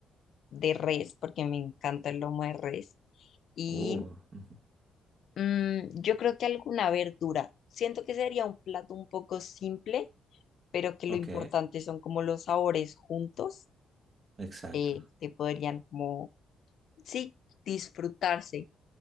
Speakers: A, on the left; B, on the right.
A: de res, porque me encanta el lomo de res, y
B: Uh, ujú.
A: mm, yo creo que alguna verdura. Siento que sería un plato un poco simple, pero que lo
B: ok,
A: importante son como los sabores juntos,
B: exacto.
A: eh, que podrían como, sí, disfrutarse.